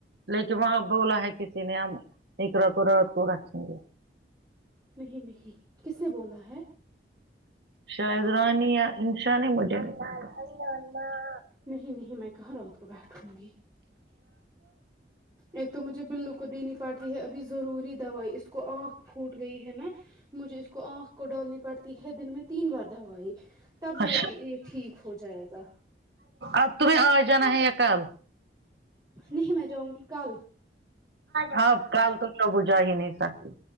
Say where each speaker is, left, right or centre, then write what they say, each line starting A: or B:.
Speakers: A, on the right; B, on the right.
A: لیکن وہاں بولا ہے کسی نے ہم ایک ر کو رات کو رکھیں گے
B: نہیں نہیں کس نے بولا ہے
A: شاںید رانی یا انشانی مجھے بولا <unintelligible>
B: نہیں نہیں میں کہا رات کو بیٹھوں گی ایک تو مجھے بلو کو دینی پڑتی ہے ابھی ضروری دوائی اس کو آنکھ پھوٹ گئی ہے نا مجھے اس کو آنکھ کو ڈالنی پڑتی ہے دن میں تین بار دوائی تب جا
A: اچھا
B: کے یہ ٹھیک ہو جائے گا
A: اب تمہیں آج آنا ہے یا کل
B: نہیں میں جاؤں گی کل
A: ہاں کل تو شبو جا ہی نہیں سکتی